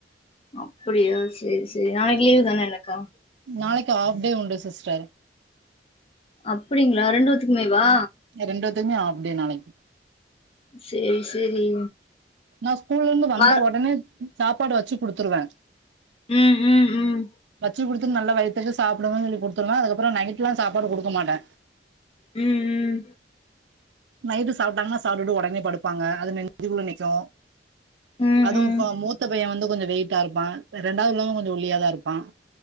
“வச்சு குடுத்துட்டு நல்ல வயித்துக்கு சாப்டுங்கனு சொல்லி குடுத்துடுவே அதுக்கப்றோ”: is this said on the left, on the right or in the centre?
Right